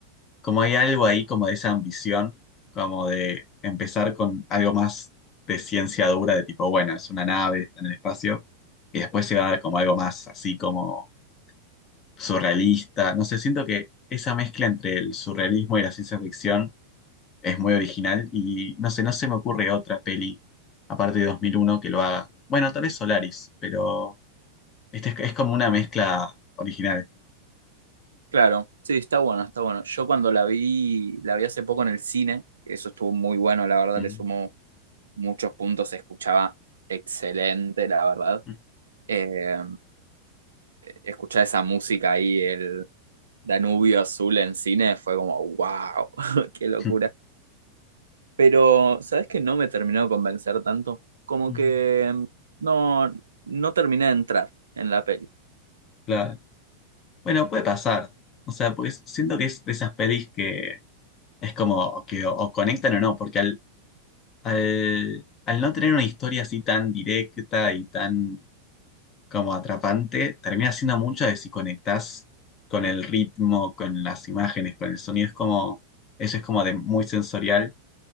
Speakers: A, on the left; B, on the right.
A: como hay algo ahí como de esa ambición, como de empezar con algo más de ciencia dura, de tipo, bueno, es una nave, está en el espacio, y después se va como algo más así como surrealista. No sé, siento que esa mezcla entre el surrealismo y la ciencia ficción es muy original y no sé, no se me ocurre otra peli, aparte de 2001 que lo haga. Bueno, tal vez Solaris, pero este es es como una mezcla original.
B: claro. Sí, está bueno, está bueno. Yo cuando la vi, la vi hace poco en el cine, eso estuvo muy bueno, la
A: <laughs>
B: verdad,
A: Mm,
B: le sumó muchos puntos, se escuchaba excelente, la verdad.
A: mm,
B: Eh, escuchar esa música ahí, el Danubio Azul en cine, fue como, wow, <laughs> qué locura.
A: mm,
B: Pero, ¿sabes qué? No me terminó de convencer tanto. Como
A: mm.
B: que mm, no, no terminé de entrar en la peli.
A: Claro. Bueno, puede pasar. O sea, pues siento que es de esas pelis que es como que o, o conectan o no, porque al, al, al no tener una historia así tan directa y tan como atrapante, termina siendo mucho de si conectás con el ritmo, con las imágenes, con el sonido. Es como, eso es como de muy sensorial